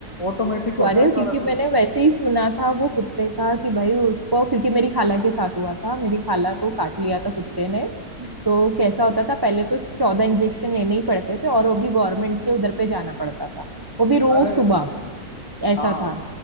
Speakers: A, on the left; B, on the right.
A: ऑटोमेटिक होता
B: अरे
A: है सारा
B: क्योंकि
A: कुछ
B: मैंने वैसे ही सुना था वो कुत्ते का कि भाई उसको क्योंकि मेरी खाला के साथ हुआ था मेरी खाला को काट लिया था कुत्ते ने तो कैसा होता था पहले तो चौदह इंजेक्शन लेने ही पड़ते थे और वो भी गवर्नमेंट के उधर पे जाना पड़ता था वो भी रोज
A: अरे
B: सुबह ऐसा
A: हाँ
B: था